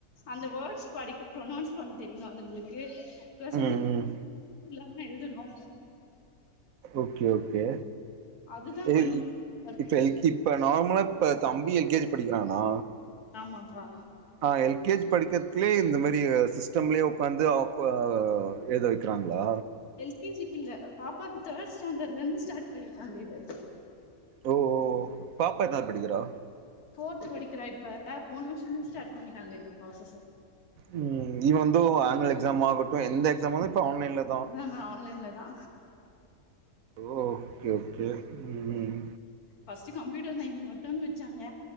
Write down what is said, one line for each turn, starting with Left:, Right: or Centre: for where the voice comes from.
Left: அந்த வேர்ட்ஸ் படிக்க ப்ரொனௌன்ஸ் பண்ண தெரியணு அதுங்களுக்கு பிளஸ்
Right: ம்
Left: வந்து
Right: ம்
Left: இல்லாம எழுதணு
Right: ஓகே ஓகே
Left: அதுதா
Right: எது
Left: கொஞ்ச இதா இருக்கு
Right: இப்போ எல் கி இப்போ நார்மலா இப்போ தம்பி எல் கே ஜி படிக்கிறான்னா
Left: ஆமாப்பா
Right: ஆ எல் கே ஜி படிக்றத்திலே இந்த மாரி சிஸ்டம்லேயே உக்காந்து அ குவா எழுத வைக்கிறாங்களா
Left: எல் கே ஜி கில்ல பாப்பாக்கு தேர்ட் ஸ்டாண்டட்ல இருந்து ஸ்டார்ட் பண்ணிருக்காங்க இத
Right: ஓ ஓ பாப்பா எதனாது படிக்கிறா
Left: போர்து படிக்கிறா இப்ப போணு வருஷசோ ஸ்டார்ட் பண்ணிட்டாங்க இந்த ப்ராசஸ்
Right: ம் இனி வந்து ஆனுவல் எக்ஸாமாகட்டு எந்த எக்ஸாமானாலு இப்ப ஆன்லைன்ல தா
Left: ஆமா ஆன்லைன்ல தா
Right: ஓ ஓகே ஓகே ம்
Left: பஸ்ட்டு கம்ப்யூட்டர் சயின்ஸ் மட்டுன்னு வச்சாங்க